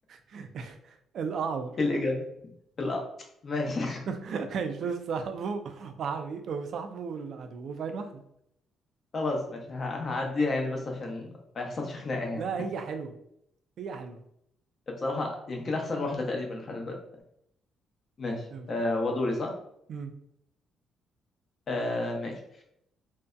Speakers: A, on the right (about 65°); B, on the left (about 40°).
A: <laughs> الأعور
B: ايه الإجابة لا ماشي
A: <laughs> هيشوف صاحبه وحبي... وصاحبه وعدوه بعين واحدة
B: <laughs> خلاص ماشي ه- هعديها يعني بس عشان ما يحصلش خناقة يعني
A: لا هي حلوة هي حلوة
B: بصراحة يمكن أحسن واحدة تقريبا لحد دلوقتي ماشي
A: ف...
B: آه ودوري صح؟
A: مم.
B: آه ماشي